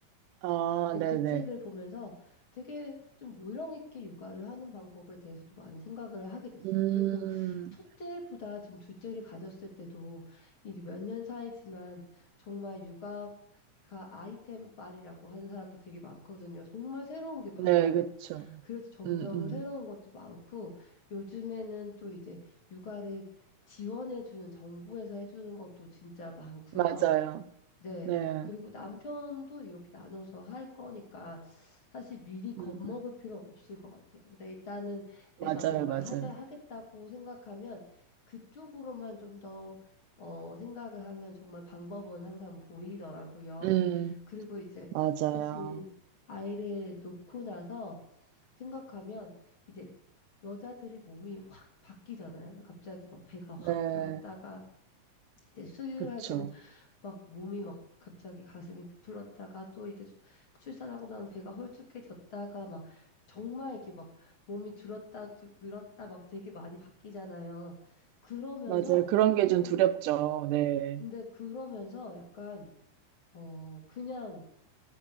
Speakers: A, on the right; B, on the left.
A: 아,
B: 근데
A: 네네.
B: 그 책을 보면서 되게 좀 요령 있게 육아를 하는 방법에 대해서도 많이 생각을 하게 됐어요.
A: 음,
B: 그리고 첫째보다 지금 둘째를 가졌을 때도 이제 몇 년 사이지만 정말 육아 가 아이템 빨이라고 하는 사람도 되게 많거든요. 정말 새로운 게 많아요.
A: 네, 그쵸.
B: 그래서 점점
A: 음, 음.
B: 새로운 것도 많고 요즘에는 또 이제 육아를 지원해주는 정부에서 해주는 것도 진짜 많고요.
A: 맞아요.
B: 네.
A: 네.
B: 그리고 남편도 이렇게 나눠서 할 거니까 사실 미리 겁먹을
A: 음, 음.
B: 필요는 없을 것 같아요. 근데 일단은 내가
A: 맞아요,
B: 뭔가를
A: 맞아요.
B: 하자, 하겠다고 생각하면 그쪽으로만 좀 더, 어, 생각을 하면 정말 방법은 항상 보이더라고요.
A: 음,
B: 그리고 이제
A: 맞아요.
B: 사실 아이를 놓고 나서 생각하면 이제 여자들이 몸이 확 바뀌잖아요. 갑자기 막 배가 확
A: 네,
B: 불렀다가 이제 수유를
A: 그쵸.
B: 할 때는 막 몸이 막 갑자기 가슴이 부풀렀다가 또 이제 수- 출산하고 나면 배가 홀쭉해졌다가 막 정말 이렇게 막 몸이 줄었다 두- 늘었다 막 되게 많이 바뀌잖아요. 그러면서
A: 맞아요. 그런
B: 좀
A: 게 좀
B: 좀-
A: 두렵죠. 네.
B: 근데 그러면서 약간 어 그냥